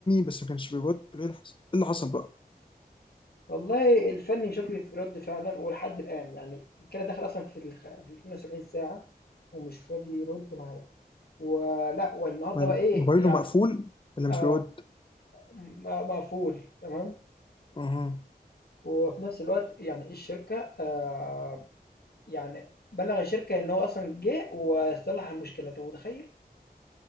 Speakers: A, on the left; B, on the left.
A: بس ما كانش بيرد ايه اللي حصل ايه اللي حصل بقى
B: والله الفن مش قادر يرد فعلا ولحد الان يعني كده داخل اصلا في ال في ال 72 ساعه ومش راضي يرد معايا ولا والنهارده
A: ما-
B: بقى ايه
A: موبايله
B: يعني
A: مقفول ولا
B: آه
A: مش بيرد
B: م- مقفول تمام
A: اها
B: وفي نفس الوقت يعني الشركه آه، يعني بلّغ الشركة إن هو أصلًا جِه وصلّح المشكلة، أنت متخيّل؟